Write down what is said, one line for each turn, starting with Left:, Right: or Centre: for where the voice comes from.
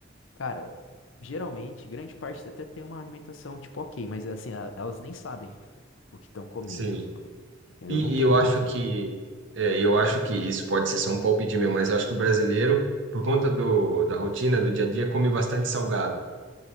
Left: Cara, geralmente, grande parte até tem uma alimentação tipo ok, mas assim, a- elas nem sabem o que estão comendo,
Right: Sim.
Left: entendeu?
Right: E,
Left: Não tem
Right: e eu
Left: um
Right: acho
Left: controle.
Right: que é, eu acho que isso pode ser só um palpite meu, mas eu acho que o brasileiro, por conta do, da rotina do dia a dia, come bastante salgado.